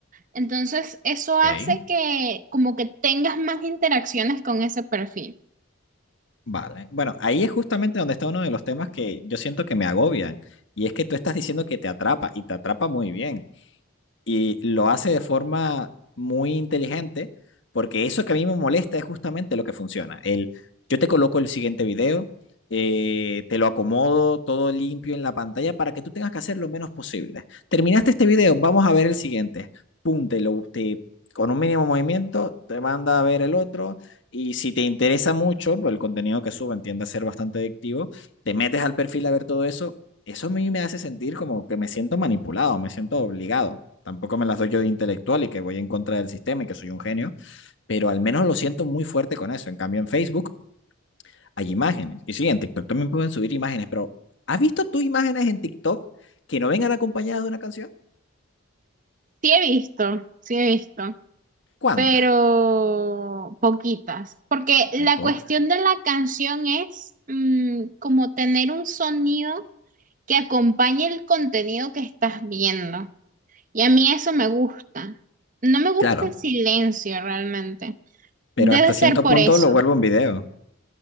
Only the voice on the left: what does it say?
ok.
Vale. Bueno, ahí es justamente donde está uno de los temas que yo siento que me agobian. Y es que tú estás diciendo que te atrapa y te atrapa muy bien. y lo hace de forma muy inteligente, porque eso que a mí me molesta es justamente lo que funciona. El, yo te coloco el siguiente video, eh, te lo acomodo todo limpio en la pantalla para que tú tengas que hacer lo menos posible. Terminaste este video, vamos a ver el siguiente. Pum, te lo, te- con un mínimo movimiento, te manda a ver el otro. Y si te interesa mucho, pues el contenido que suben tiende a ser bastante adictivo, te metes al perfil a ver todo eso. Eso a mí me hace sentir como que me siento manipulado, me siento obligado. Tampoco me las doy yo de intelectual y que voy en contra del sistema y que soy un genio, pero al menos lo siento muy fuerte con eso. En cambio, en Facebook hay imágenes. Y sí, en TikTok también pueden subir imágenes, pero ¿has visto tú imágenes en TikTok que no vengan acompañadas de una canción?
¿Cuántas?
Muy pocas.
Claro,
pero
hasta
cierto
punto
lo vuelvo un video,